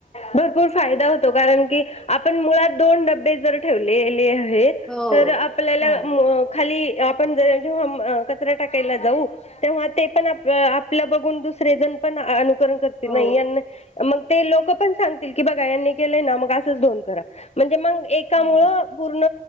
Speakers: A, on the left; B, in the centre.
A: भरपूर फायदा होतो कारण की आपण मुळात. दोन डबे जर ठेवलेल. हेच
B: हो,
A: तर आपल्याला
B: हो,
A: म खाली आपण जे जेव्हा म कचरा टाकायला जाऊ तेव्हा ते पण अ आपलं बघून दुसरे जण पण अ ग ते
B: हो.
A: नाही यांना मग ते लोक पण सांग. की बघा यांनी केलेय मग असच दोन करा म्हणजे मग. एकामुळ
B: हं,
A: पूर्ण